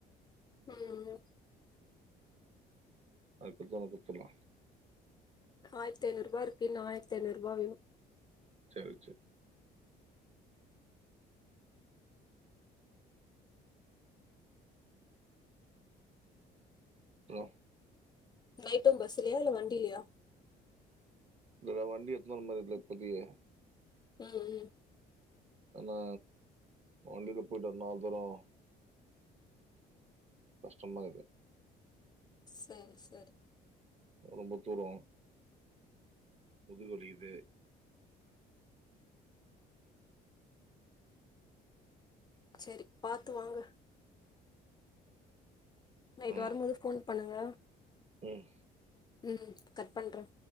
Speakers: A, on the left (about 25°); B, on the right (about 40°).
A: ம் ம்
B: அது குட்தோனோ குட்த்தர்லா
A: ஆயர்த்ஐநூற்பா இருக்கு இன்னு ஆயர்த்ஐநூற்பா வேணு
B: செரி செர் அப்றோ
A: நைட்டும் பஸ்சுலயா இல்ல வண்டிலயா
B: இதுல வண்டி எத்துனு வர்ற மாரில்ல இப்பதையே
A: ம் ம்
B: அனா வண்டில போயிட்டு வர்னு அவ்ளோதுரோ கஷ்டமாருக்கு
A: சரி சரி
B: ரொம்ப தூரொ முதுகு வலிக்கிது
A: செரி பாத்து வாங்க நைட்டு
B: ஆ
A: வரும்போது ஃபோன் பண்ணுங்க
B: ம்
A: ம் கட் பண்ற